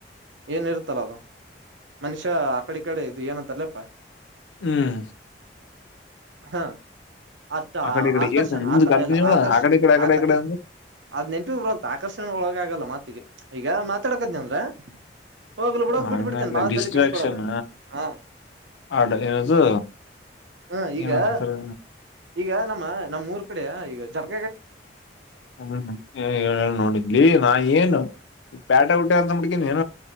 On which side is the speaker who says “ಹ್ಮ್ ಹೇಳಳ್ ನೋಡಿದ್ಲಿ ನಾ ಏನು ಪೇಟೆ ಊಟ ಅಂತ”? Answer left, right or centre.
Left